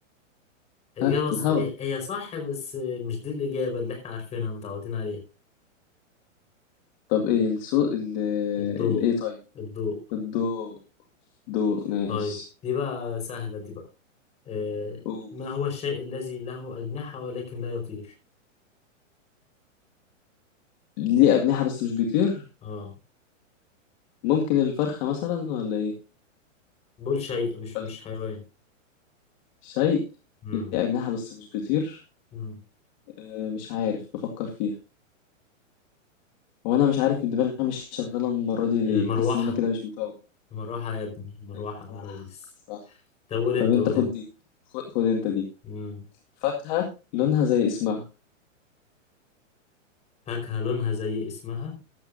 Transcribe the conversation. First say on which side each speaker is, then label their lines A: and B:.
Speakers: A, on the left; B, on the left.
A: إجابة
B: ها
A: ص...
B: الهوا
A: هي صح بس مش دي الإجابة اللي إحنا عارفينها متعودين عليها
B: طب ايه الصوت ال...
A: الضوء
B: الايه طيب
A: الضوء
B: الضوء دور ماشي
A: طيب دي بقى سهلة دي بقى آه...
B: قول
A: ما هو الشيء الذي له أجنحة ولكن لا يطير
B: ليه أجنحة بس مش بيطير
A: آه
B: ممكن الفرخة مثلا ولا إيه
A: بقول شيء مش
B: ولا
A: مش
B: الفرخة؟
A: حيوان
B: شيء
A: مم.
B: ليه أجنحة بس مش بيطير
A: مم.
B: آه مش عارف بفكر فيها هو أنا مش عارف إن دماغي مش شغالة المرة دي
A: المروحة
B: ليه حاسس إن أنا كده مش مفوق
A: المروحة يا ابني المروحة
B: الراحة
A: يا ريس
B: صح
A: طب قول
B: طب
A: أنت
B: أنت
A: قول
B: خد دي خد, خد أنت دي
A: أنت
B: فاكهة لونها زي اسمها
A: فاكهة لونها زي اسمها